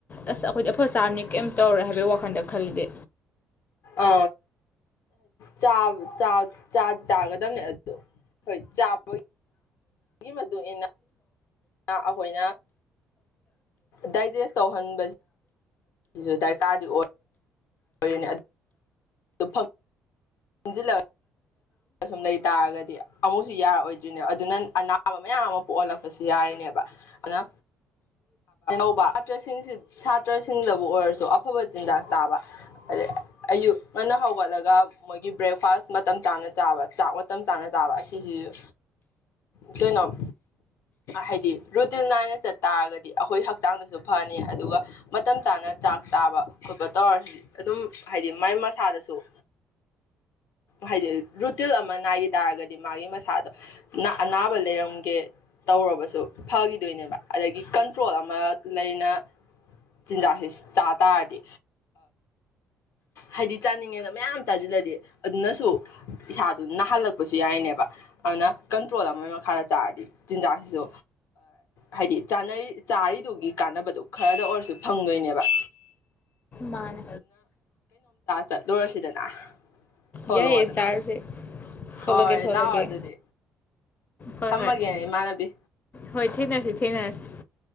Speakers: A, on the left (about 40°); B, on the left (about 70°).
A: ꯑꯁ ꯑꯩꯈꯣꯏꯗꯤ ꯑꯐ ꯆꯥꯔꯅꯤ ꯀꯩꯝ ꯇꯧꯔꯣꯏ ꯍꯥꯏꯕꯒꯤ ꯋꯥꯈꯟꯗ ꯈꯜꯂꯤꯗꯤ
B: ꯑ ꯆꯥꯗꯤ ꯆꯥꯒꯗꯕꯅꯦ ꯑꯗꯣ ꯍꯣꯏ ꯆꯥꯕꯒꯤ ꯒꯤ ꯃꯗꯨ ꯏꯟꯅ ꯑꯩꯈꯣꯏꯅ ꯗꯥꯏꯖꯦꯁ ꯇꯧꯍꯟꯕꯁ ꯁꯤꯁꯨ ꯗꯔꯀꯥꯔꯗꯤ ꯑꯣꯏ ꯍ ꯌꯥꯅꯤ ꯑꯗꯨ <unintelligible> ꯆ ꯐꯪ ꯑꯖ ꯂ <unintelligible> ꯑꯁꯨꯝ ꯂꯩ ꯇꯥꯔꯒꯗꯤ ꯑꯃꯨꯛꯁꯨ ꯌꯥꯔꯛꯑꯣꯏꯗ꯭ꯔꯤꯅꯦꯕ ꯑꯗꯨꯅ ꯑꯅꯥꯕ ꯃꯌꯥꯝ ꯑꯃ ꯄꯣꯛꯍꯜꯂꯛꯄꯁꯨ ꯌꯥꯔꯤꯅꯦꯕ ꯑꯗꯨꯅ ꯧꯕꯁꯤꯡ ꯁꯥꯇ꯭ꯔꯁꯤꯡꯗꯕꯨ ꯑꯣꯏꯔꯁꯨ ꯑꯐꯕ ꯆꯤꯟꯖꯥꯛ ꯆꯥꯕ ꯑꯗ ꯑꯌꯨꯛ ꯉꯟꯅ ꯍꯧꯒꯠꯂꯒ ꯃꯣꯏꯒꯤ ꯕ꯭ꯔꯦꯛꯐꯥꯁ ꯃꯇꯝ ꯆꯥꯅ ꯆꯥꯕ ꯆꯥꯛ ꯃꯇꯝ ꯆꯥꯅ ꯆꯥꯕ ꯑꯁꯤꯁꯤꯁꯨ ꯀꯩꯅꯣ ꯍꯥꯏꯗꯤ ꯔꯨꯇꯤꯟ ꯅꯥꯏꯅ ꯆꯠꯇꯥꯥꯔꯒꯗꯤ ꯑꯩꯈꯣꯏ ꯍꯛꯆꯥꯡꯗꯁꯨ ꯐꯅꯤ ꯑꯗꯨꯒ ꯃꯇꯝ ꯆꯥꯅ ꯆꯥꯛ ꯆꯥꯕ ꯈꯣꯠꯄ ꯇꯧꯔꯁꯨ ꯑꯗꯨꯝ ꯍꯥꯏꯗꯤ ꯃꯥꯏ ꯃꯁꯥꯗꯁꯨ ꯍꯥꯏꯗꯤ ꯔꯨꯇꯤꯟ ꯑꯃ ꯅꯥꯏꯈꯤ ꯇꯥꯔꯒꯗꯤ ꯃꯥꯒꯤ ꯃꯁꯥꯗꯣ ꯑꯅꯥꯕ ꯂꯩꯔꯝꯒꯦ ꯇꯧꯔꯕꯁꯨ ꯐꯈꯤꯗꯣꯏꯅꯦꯕ ꯑꯗꯒꯤ ꯀꯟꯇ꯭ꯔꯣꯜ ꯑꯃ ꯂꯩꯅ ꯆꯤꯟꯖꯥꯛꯁꯤꯦ ꯆꯥ ꯇꯥꯔꯗꯤ ꯍꯥꯏꯗꯤ ꯆꯥꯅꯤꯡꯉꯦꯗ ꯃꯌꯥꯝ ꯆꯥꯁꯤꯜꯂꯗꯤ ꯑꯗꯨꯅꯁꯨ ꯏꯁꯥꯗꯨ ꯅꯥꯍꯜꯂꯛꯄꯁꯨ ꯌꯥꯏꯅꯦꯕ ꯑꯗꯨꯅ ꯀꯟꯇ꯭ꯔꯣꯜ ꯑꯃꯒꯤ ꯃꯈꯥꯗ ꯆꯥꯔꯗꯤ ꯆꯤꯟꯖꯥꯛꯁꯤꯁꯨ ꯍꯥꯏꯗꯤ ꯆꯅꯔꯤ ꯆꯥꯔꯤꯗꯨꯒꯤ ꯀꯥꯟꯅꯕꯗꯨ ꯈꯔꯗ ꯑꯣꯏꯔꯁꯨ ꯐꯪꯗꯣꯏꯅꯦꯕ ꯋꯥ
A: ꯃꯥꯅꯦ
B: ꯆꯠꯂꯨꯔꯁꯤꯗꯅ ꯊꯣꯛꯂꯛꯑꯣꯗꯅ
A: ꯌꯥ ꯌꯦ ꯆꯥꯔꯁꯦ
B: ꯍꯣꯏ
A: ꯊꯣꯛꯂꯛꯀꯦ ꯊꯣꯛꯂꯛꯀꯦ
B: ꯂꯥꯛꯑꯣ ꯑꯗꯨꯗꯤ
A: ꯍꯣꯏ
B: ꯊꯝꯃꯒꯦꯅꯦ
A: ꯍꯣꯏ
B: ꯏꯃꯥꯟꯅꯕꯤ
A: ꯍꯣꯏ ꯊꯦꯡꯅꯔꯁꯤ ꯊꯦꯡꯅꯔꯁꯤ